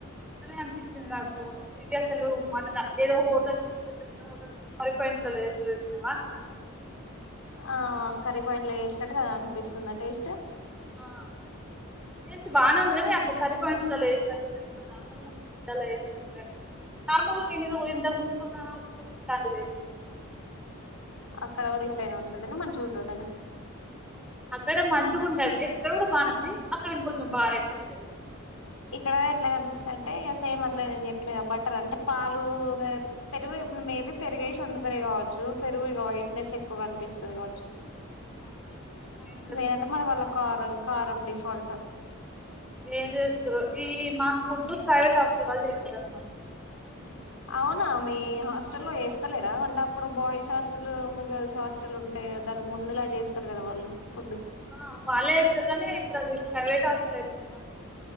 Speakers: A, in the centre; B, on the left (about 85°).
A: పొద్దునే అనిపించింది నాకు ఇది అసలు మనదా ఏదో హోటల్స్ అ పెద్ద పెద్ద హోటల్స్ కర్రీపా అసలేసి చూసినవా
B: ఆ కర్రీపాయింట్లో యేసినట్టుగా అనిపిస్తుందా టేస్ట్
A: ఆ టేస్ట్ బానే ఉంది కాని అట్లా కర్రీ పాయింట్స్ లో ఎసినట్టున్నాయి ఇట్లు నార్మల్‌గా మనం ఇంట్లలో ఎసినట్టుగానే కర్నూల్లో నేను ఇంతకు ఇంతకుముందు ఉన్న హాస్టల్లో ఇట్లాంటిది లేదు
B: అక్కడ కూడా ఇట్లైనా ఉంటుండేనా మంచిగా ఉంటుండేనా
A: అక్కడ మంచిగా ఉంటుది ఇక్కడ కూడా బానే ఉంది అక్కడ ఇంకొంచెం బాగా ఎక్కువ ఉండేది
B: ఇక్కడ ఎట్లా కనిపిస్తాది అంటే ఇక సేమ్ అట్లే నేను చెప్పిన బట్టర్ అంటే పాలు ఇగ పెరుగు మేబీ పెరుగేసి వండుతారు కావచ్చు పెరుగు వైట్నెస్ ఎక్కువ కనిపిస్తాది కావచ్చు
A: ఆ, అయ్యుండొచ్చు
B: లేదంటే
A: అక్క.
B: మరి వాళ్ళ కారు కారం డిఫాల్టో
A: ఏం చేస్తారో ఈ మాకు ఫుద్దు ప్రైవేట్ హాస్టల్ వాళ్ళు చేస్తారన్నమాట
B: అవునా మీ హాస్టల్లో చేస్తాలేరా అంటే అప్పుడు బాయ్స్ హాస్టల్ మీ గర్ల్స్ హాస్టల్ ఉంటాయ్ దానికి ముందులా చేస్తారు కదా వాళ్ళు ఫుడు
A: ఆ వాళ్ళే చేస్తారు కానీ ఇప్పుడు అది ప్రైవేట్ హాస్టల్ అయిపోయింది క